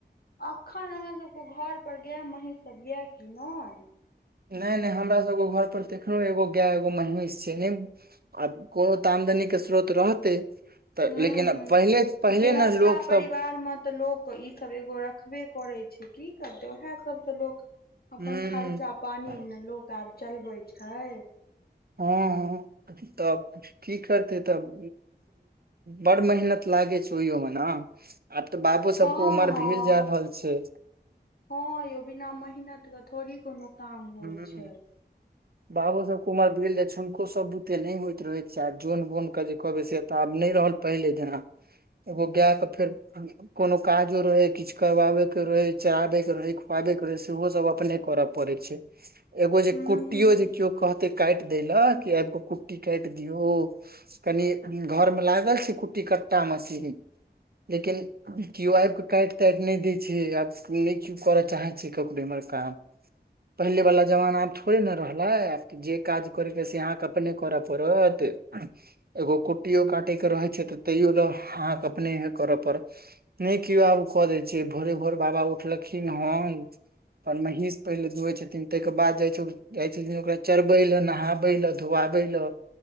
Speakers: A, on the left; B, on the right.
A: अखन अहाँ सभके घर पर गाय महीष सभ यए कि नहि।
B: नहि नहि हमरा सभके घर पर तखनो एगो गाय एगो महिष छै ने। आ कोनो तऽ आमदनीक के स्रोत रहतै तऽ
A: हूँ
B: लेकिन आब
A: हूँ
B: पहिले पहिले
A: गृहस्था
B: न लोकसभ
A: परिवार मे तऽ लोक ई सब एगो रखबे करै छै की करतै उएह सबसँ लोक अपन
B: हूँ
A: खर्चा पानी न लोक आब चलबे छै
B: हँ हँ तब की करते तब बड़ मेहनत लागै छै ओहियो म न आब तऽ बाबो सबके
A: हँ
B: उमर
A: हँ
B: भेल जा रहल छै
A: हँ यौ बिना मेहनत कऽ थोड़ी कोनो काम होइ
B: हू
A: छै
B: बाबो सबकय उमर भेल जाय हुनको सब बुते नहि होइत रहे छै आ जन बोन के जे कहबै से त आब नहि रहल पहिले जेना एगो गायके फेर कोनो काजो रहै किछ करबाबे के रहे चराबे के रहे खुआबे के रहे सेहो सब अपने करऽ पड़े छै एगो जे
A: हूँ
B: कुट्टियो जे केओ कहते काटि देयलय कि आबि क कुट्टी काटि दियो कनि घर मे लागल छै कुट्टी कट्टा मशीन लेकिन केओ आब कऽ काटि ताटि नहि दय छै आब नहि केओ करऽ चाहे छै ककरो इमहर काम पहिलेवाला जमाना आब थोड़े ने रहलै आब जे काज करैके से अहाँके अपने करऽ पड़त एगो कुटियो काटेके रहै छै तऽ तैयो लए अहाँके अपनेहे करय पड़त नहि केओ आब कऽ दै छै भोरे भोर बाबा उठलखिन हन पर महींस पहिले दूहे छथिन ताहिके बाद जाइ छै जाइ छथिन ओकरा चरबै ले नहाबै ल घुआबै लऽ